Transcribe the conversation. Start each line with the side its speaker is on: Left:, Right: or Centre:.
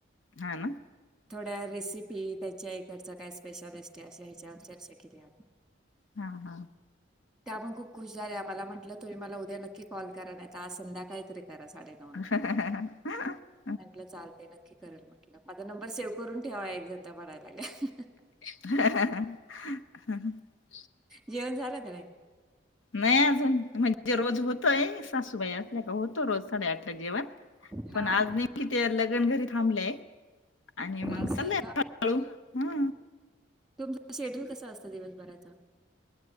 Left: हा ना.
Centre: थोड्या रेसिपी त्यांच्या इकडचा काय स्पेशालिस्ट आहे अश ह्याच्यावर चर्चा केली आम्ही.
Left: हा हा.
Centre: त्यामुळे त्या खूप खुश झाल्या मला म्हटलं तुम्ही मला उद्या नक्की कॉल करा नाही आज संध्या काहीतरी करा साडेनऊ... नंतर.
Left: हाहाहा.
Centre: म्हंटलं चालते नक्की करेल म्हटलं माझा नंबर सेव्ह करून ठेवा एकजण त्या म्हणायला लागल्या.
Left: रिकामा ऑडिओ
Centre: जेवण. झालं का नाही
Left: नाही अजून म्हणजे रोज होतय सासूबाई असल्या का होत रोज साडे आठला जेवण
Centre: हा
Left: पण आज
Centre: हा
Left: नेमका ते लगन घरी थांबलेय. आणि मग
Centre: असं
Left: चाले
Centre: आहे
Left: हळू हा.
Centre: तुमचा शेड्यूल कसा असतं दिवसभराचा?